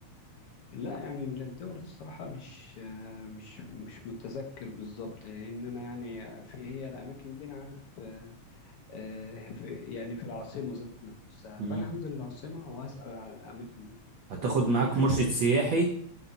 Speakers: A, on the left; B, on the right.
A: لا يعني الدول الصراحة مش آه مش مش متذكر بالظبط لأن أنا يعني في هي الأماكن دي أنا عارف آه في يعني في العاصمة ذات نفسها
B: مم.
A: فأنا هنزل العاصمة وهسأل على الأماكن دي
B: هتاخد
A: أنت فاهم
B: معاك
A: الفكرة؟
B: مرشد سياحي